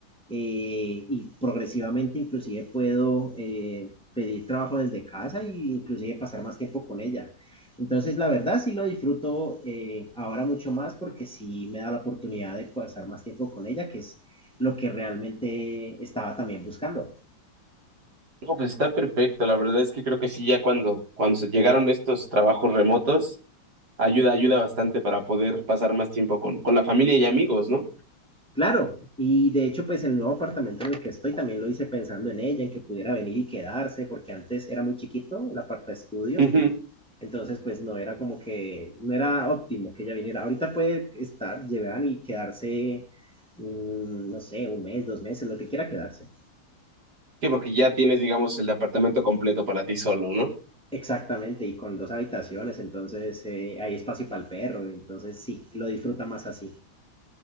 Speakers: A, in the centre; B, on the right.
A: eh, y progresivamente inclusive puedo eh, pedir trabajo desde casa e inclusive pasar más tiempo con ella. Entonces, la verdad sí lo disfruto eh, ahora mucho más porque sí me da la oportunidad de pasar más tiempo con ella, que es lo que realmente estaba también buscando.
B: No, pues está perfecto. La verdad es que creo que sí, ya cuando, cuando se llegaron estos trabajos remotos, ayuda, ayuda bastante para poder pasar más tiempo con, con la familia y amigos, ¿no?
A: Claro, y de hecho, pues el nuevo apartamento en el que estoy también lo hice pensando en ella, en que pudiera venir y quedarse, porque antes era muy chiquito el aparta estudio
B: Ujú.
A: Entonces, pues no era como que, no era óptimo que ella viniera. Ahorita puede estar, llevar y quedarse, mm, no sé, un mes, dos meses, lo que quiera quedarse.
B: Sí, porque ya tienes, digamos, el departamento completo para ti solo, ¿no?
A: Exactamente, y con dos habitaciones, entonces eh, hay espacio para el perro, entonces sí, lo disfruta más así.